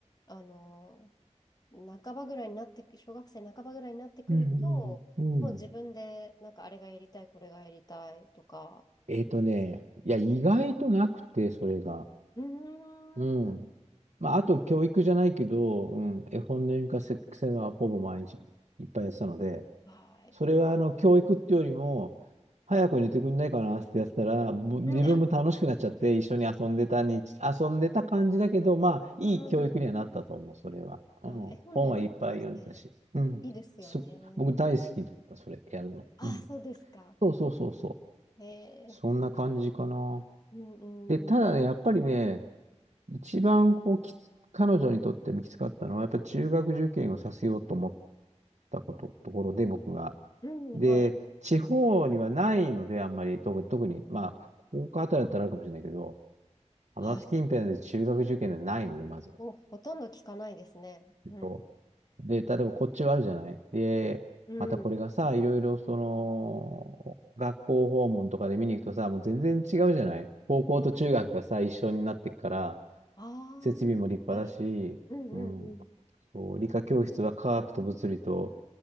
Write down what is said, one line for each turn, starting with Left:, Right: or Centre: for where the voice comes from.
Left: あの半ばぐらいになってく、小学生半ばぐらいになってくると、
Right: うんうんうん。
Left: もう自分で、なんかあれがやりたい、これがやりたいとか、
Right: えっとね、いや、意外となくて、それが。
Left: うー
Right: うん。
Left: ん、
Right: まあ、あと教育じゃないけど、うん、絵本の読み聞かせはほぼ毎日いっぱいやってたので、
Left: は
Right: それはあの教育ってよりも、
Left: い。う
Right: 早く寝てくんないかなってやってたら、ぼ自分も楽しくなっちゃって一緒に遊んでたに、
Left: ん、
Right: 遊んでた感じだけど、まあ、いい教育にはなったと思う、
Left: うん。
Right: それは。うん、
Left: あ、絵本の読み聞かせ、
Right: 本はいっぱい読んでたし、うん、
Left: いいですよね。
Right: す、僕大好きだった、それ、やるの。
Left: あ、
Right: うん。
Left: そうですか。
Right: そうそうそうそう。
Left: ええ
Right: そんな感じかな。
Left: うんうんうん。
Right: で、ただね、やっぱりね、一番こうきつ、彼女にとってもきつかったのは、やっぱり中学受験をさせようと思ったこと、ところで僕が。
Left: うん、
Right: で、
Left: はい。
Right: 地方にはないので、あんまり、特に、特に、まあ、福岡あたりだったらあるかもしれないけど、浜松近辺で中学受験でないので、
Left: あ、
Right: まず。
Left: もうほとんど聞かないですね。
Right: えっと
Left: うん。
Right: で、例えばこっちはあるじゃないで、
Left: うん。
Right: またこれがさ、いろいろその、学校訪問とかで見に行くとさ、もう全然違うじゃない高校と中学がさ、一緒になってくから、
Left: ああ、
Right: 設備も立派だし、
Left: いっぱい。うんうんうん。
Right: うん。そう、理科教室は科学と物理と